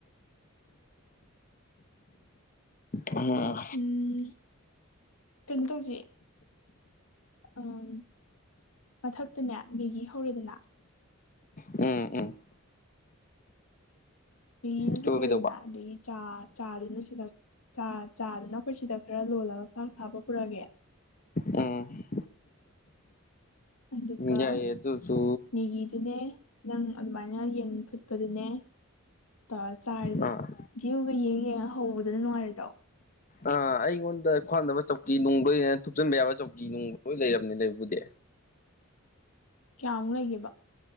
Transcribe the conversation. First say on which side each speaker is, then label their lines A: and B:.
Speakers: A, on the left (about 40°); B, on the left (about 85°).
A: ꯍꯝ
B: ꯎꯝ ꯀꯩꯅꯣ ꯇꯣꯖꯦ ꯑꯝ ꯃꯊꯛꯇꯅꯦ ꯃꯦꯒꯤ ꯍꯧꯔꯦꯗꯅ
A: ꯎꯝ ꯎꯝ
B: ꯃꯦꯒꯤꯒꯁꯦ
A: ꯑꯗꯨꯒ
B: ꯍꯧꯔꯦꯗꯅꯥ
A: ꯀꯩꯗꯧꯕ
B: ꯑꯗꯒꯤ ꯆꯥ ꯆꯥꯗꯨꯅ ꯁꯤꯗ ꯥ ꯆꯥ ꯆꯥꯗꯨꯅ ꯑꯈꯣꯏ ꯁꯤꯗ ꯈꯔ ꯂꯣꯜꯂꯒ ꯐ꯭ꯂꯥꯛꯁꯇ ꯍꯥꯞꯄ ꯄꯨꯔꯛꯑꯒꯦ
A: ꯎꯝ
B: ꯑꯗꯨꯒ
A: ꯌꯥꯏꯌꯦ ꯑꯗꯨꯁꯨ
B: ꯃꯦꯒꯤꯗꯨꯅꯦ ꯅꯪ ꯑꯗꯨꯃꯥꯏꯅ ꯌꯦꯟ ꯐꯨꯠꯄꯗꯨꯅꯦ ꯇꯧꯔ ꯆꯥꯔꯖꯦ
A: ꯑꯥ
B: ꯚ꯭ꯌꯨꯒ ꯌꯦꯡꯉ ꯌꯦꯡꯉꯒ ꯍꯧꯕꯗꯨꯅ ꯅꯨꯡꯉꯥꯏꯔꯣꯏꯗ꯭ꯔꯣ
A: ꯑ ꯑꯩꯉꯣꯟꯗ ꯈ꯭ꯋꯥꯡꯅꯕ ꯆꯧꯀꯤ ꯅꯨꯡ ꯂꯣꯏꯅ ꯊꯨꯞꯆꯟꯕ ꯌꯥꯕ ꯆꯧꯀꯤ ꯅꯨꯡ ꯂꯣꯏ ꯂꯩꯔꯕꯅꯤ ꯂꯩꯕꯕꯨꯗꯤ
B: <inaudible> ꯀ꯭ꯌꯥꯃꯨꯛ ꯂꯩꯒꯦ